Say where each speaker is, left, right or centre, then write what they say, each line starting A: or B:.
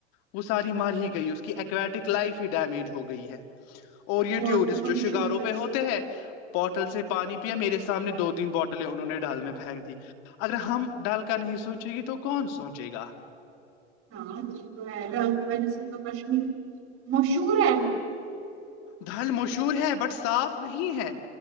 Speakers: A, on the left (about 45°); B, on the right (about 40°).
A: وہ ساری مار ہی گئی اس کی ایککویٹک لائف ہی ڈیمیج ہو گئی ہے اور یہ
B: واٹر
A: ٹیورسٹ
B: پولوشن
A: جو شکاروں
B: کی وجہ
A: پہ ہوتے
B: سے
A: ہیں بوٹل سے پانی پیا میرے سامنے دو تین بوٹلیں انہوں نے ڈال میں پھینک دی اگر ہم ڈال کا نہیں سوچے گی تو کون سوچے گا
B: ہاں وہ تو ہے ڈر کی وجہ سے تو کشمیر مشہور ہے
A: دھل مشہور ہے بٹ صاف نہیں ہے